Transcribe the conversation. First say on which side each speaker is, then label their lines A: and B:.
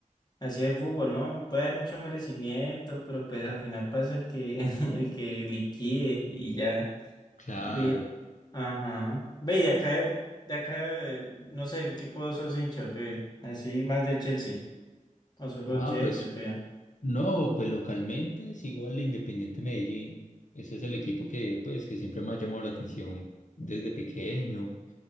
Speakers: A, on the left; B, on the left.
A: Así es el fútbol, ¿no? Puede haber mucho merecimiento, pero pues al final pasa el que, <laughs> el que liquide y ya.
B: Claro.
A: Ve, ajá. Ve, y acá, de acá, eh, no sé, ¿qué equipo sos hincha o qué? Así, más del Chelsea. O solo
B: Ah,
A: el Chelsea
B: pues.
A: o qué.
B: No, pues localmente es igual el Independiente Medellín. Ese es el equipo que, pues, que siempre me ha llamado la atención desde pequeño,